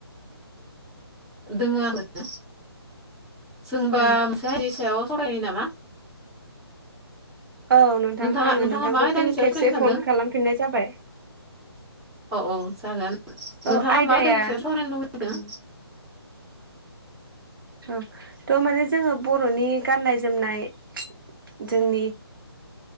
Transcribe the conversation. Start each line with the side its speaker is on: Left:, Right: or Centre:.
Centre: दोङो आरो जों होमबा
Right: औ
Centre: मोनसे हारिनि सायाव सरायनायनि नामा?
Right: औ नोंथां
Centre: नोंथाङा
Right: आङो
Centre: नोंथाङा
Right: नोंथांखौ
Centre: मा आयदानि
Right: फिन
Centre: सायाव
Right: खेबसे
Centre: सावरायनो सानदों
Right: फन खालामफिननाय जाबाय।
Centre: औ औ जागोन
Right: औ
Centre: नोंथाङा होमबा
Right: आयदाया
Centre: आयदानि सायाव सावरायनो लुबैदों?
Right: ओं औ थ' माने जोङो बर'नि गाननाय जोमनाय जोंनि